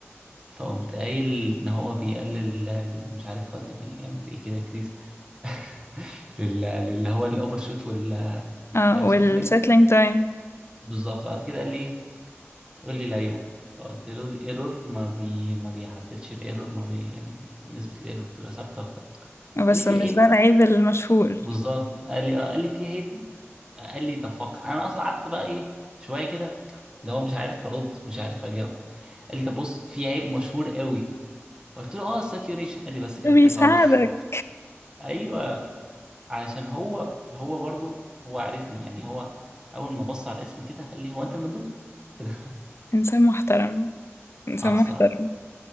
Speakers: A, on the right; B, on the left.
A: فقمت قايل ان هو بيقلل ال- مش عارف ولا بيعمل ايه كده كريز <laughs> لل- للي هو الاوفر شوت والتايم
B: <clears throat> اه والسيتلينج
A: سيتلينج
B: تايم
A: بالظبط بعد كده قال لي ايه قول لي العيوب فقلت له الايرور ما بي ما بيعدلش الايرور ما بي يعني بي... نسبه الايرور بتبقى ثابته وبتاع
B: بس
A: قال لي في
B: مش
A: عيب
B: ده العيب المشهور
A: بالظبط قال لي آه، قال لي في عيب قال لي طب فكر انا اصلا قعدت بقى ايه شويه كده اللي هو مش عارف ارد مش عارف اجاوب قال لي طب بص في عيب مشهور قوي قلت له اه الساتيوريشن قال لي بس كده
B: ده
A: اتكل
B: بيساعدك
A: على الله <laughs> ايوه علشان هو هو برضو هو عارفني يعني هو اول ما بص على الاسم كده قال لي هو انت المندوب كده
B: انسان محترم
A: <laughs>
B: انسان
A: اه الصراحه
B: محترم